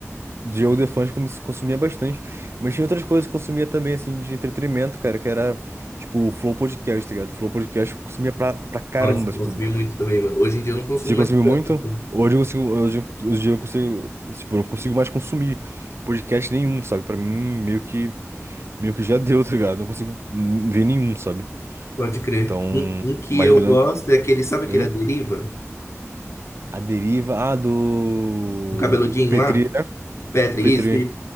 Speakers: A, on the right (about 55°); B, on the left (about 60°).
A: De Joe Defante como se consumia bastante. Mas tinha outras coisas que consumia também, assim, de entretenimento, cara, que era, tipo, o Flow Podcast, tá ligado? Flow Podcast eu consumia pra, pra caramba,
B: Nossa, eu
A: tipo.
B: consumi muito também, mano. Hoje em dia eu não consumo
A: Você consumiu
B: mais tanto,
A: muito?
B: assim.
A: Hoje eu consigo. Hoje eu hoje eu não consigo. Tipo, eu não consigo mais consumir podcast nenhum, sabe? Pra mim, meio que. meio que já deu, tá ligado? Não consigo ver nenhum, sabe?
B: Pode crer.
A: Então,
B: Um, um que
A: mais
B: eu
A: durante.
B: gosto é aquele, sabe aquele
A: Hein?
B: A Deriva?
A: A deriva. Ah, do.
B: No cabeludinho
A: Petri,
B: lá?
A: né?
B: Petri,
A: Petri,
B: isso.